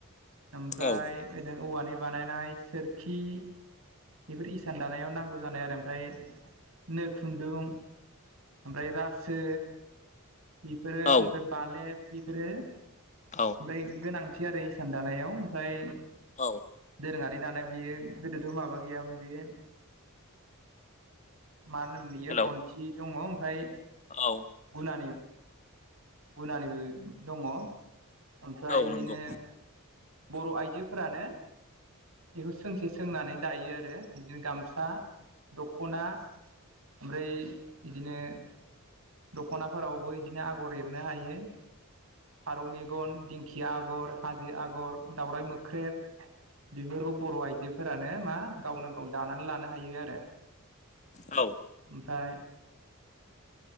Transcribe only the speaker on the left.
औ
औ
औ
औ
हेलौ
औ
औ
नंगौ
औ